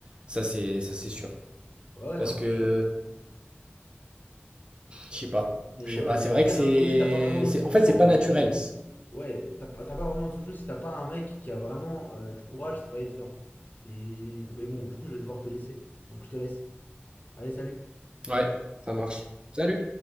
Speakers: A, on the right (about 25°); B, on the left (about 45°).
A: Ça, c'est ça, c'est sûr.
B: Ouais, ouais,
A: Parce
B: non, c'est
A: que,
B: sûr.
A: je sais pas,
B: Mais
A: je
B: ouais,
A: sais pas.
B: mais
A: C'est
B: après,
A: vrai que c'est,
B: d'un autre côté, t'as pas vraiment d'autre
A: c'est,
B: solution
A: en fait, c'est
B: en
A: pas
B: fait.
A: naturel.
B: Ouais, t'as pas, t'as pas vraiment d'autre solution si t'as pas un mec qui a vraiment euh, du courage, c'est pas évident. Et, mais bon, du coup, je vais devoir te laisser. Donc, je te laisse. Allez, salut.
A: Ouais, ça marche. Salut.